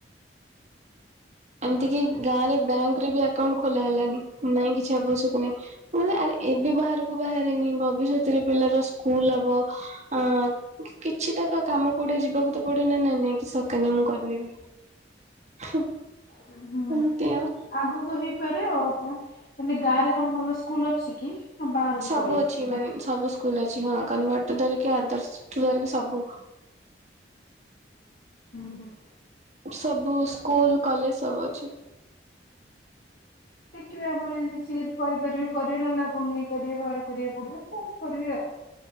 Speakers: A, on the right (about 35°); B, on the left (about 50°).
A: ଏମିତି କିି ଗାଁ ରେ ବ୍ୟାଙ୍କରେ ବି ଆକାଉଣ୍ଟ ଖୋଲା ହେଲାନି ନାଇଁ କିଛି ଆବଶ୍ୟକ ନାହିଁ। ମୁଁ କହିଲି ଆରେ ଏବେ ବାହାରକୁ ବାହାରିନି ଭବିଷ୍ୟତରେ ପିଲାର ସ୍କୁଲ ହବ ଆଁ କିଛିଟା ତ କାମ ପଡିବ ଯିବାକୁ ତ ପଡିବ ନାଇଁ -ନାଇଁ- ନାଇଁ କିଛି ଦରକାର ନାଇଁ ମୁଁ କରିନେବି। ହୁଁ
B: ହୁଁ
A: ଏମତି ଆଉ।
B: ଆଗକୁ ହେଇପାରେ ଆଉ ମାନେ ଗାଁରେ କଣ ଭଲ ସ୍କୁଲ ଅଛି କି? ନା ବାହାରକୁ
A: ସବୁ
B: ପଳେଇ ଆସିବେ
A: ଅଛି
B: ନା?
A: ମାନେ ସବୁ ସ୍କୁଲ ଅଛି କନ୍ଭଟ୍ ଟୁ ଧରିକି ଆଦର୍ଶ ଟୁ ଧରିକି ସବୁ।
B: ହୁଁ, ହୁଁ।
A: ସବୁ ସ୍କୁଲ, କଲେଜ ସବୁ ଅଛି।
B: ଦେଖିବେ ଆପଣ ଯଦି ସେ ଯଦି କରିପାରିବେ କରିବେ ନହେଲେ ଆପଣ ଯାଇଁ କରିବେ ବାହାରେ କରିବାକୁ ପଡିବେ କଣ କରିବେ ଆଉ।